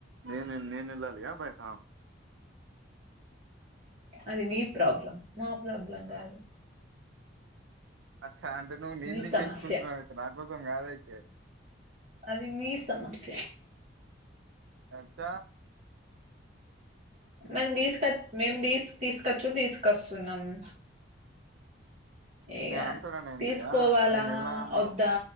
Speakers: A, on the right; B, on the right.
A: నేను నేను వెళ్ళాలిగా బయట
B: అది నీ ప్రాబ్లం మా ప్రాబ్లం కాదు
A: చా అంటే నువ్వు నీక్
B: నీ
A: నిక్
B: సమస్య
A: తెచ్చుకుంటున్నావ్ అయితే నాకోసం కాదయితే
B: అది మీ సమస్య
A: అచ్చ
B: మేం తీస్క్ మేం తీస్ తీసుకచ్చుడు తీసుకొస్తున్నాము ఇగ
A: నేను అంటున్నాను ఏంది
B: తీసుకోవాలా
A: ఆ నేను ఎలా అన్నావు
B: వద్దా